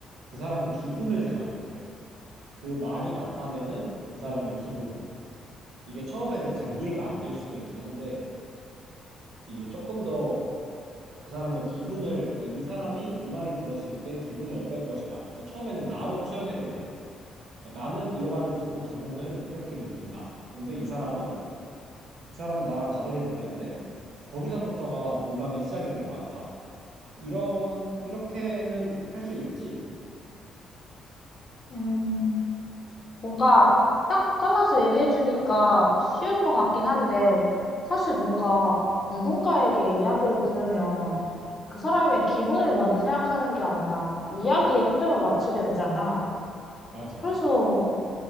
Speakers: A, on the right (about 75°); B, on the left (about 35°).
A: 그 사람의 기분을 생각한대. 그 말이 나타내는 그 사람의 기분. 이게 처음에는 잘 이해가 안 될 수도 있긴 한데 이게 조금 더 그 사람의 기분을, 그러니까 이 사람이 이 말을 들었을 때 기분이 어떨 것이다. 그러니까 처음에는 나로 투영해도 돼. 그러니까 나는 이 말을 듣고 기분을 이렇게 느낀다. 근데 이 사람은 이 사람은 나랑 다르게 느꼈네. 거기서부터가 공감의 시작인 것 같아. 이런 이렇게는 할 수 있지.
B: 음, 뭔가 딱 잘라서 얘기해주니까 쉬울 것 같긴 한데, 사실 뭔가 누군가에게 이야기를 들으면 그 사람의 기분을 먼저 생각하는 게 아니라 이야기에 초점을 맞추게 되잖아.
A: 맞아.
B: 그래서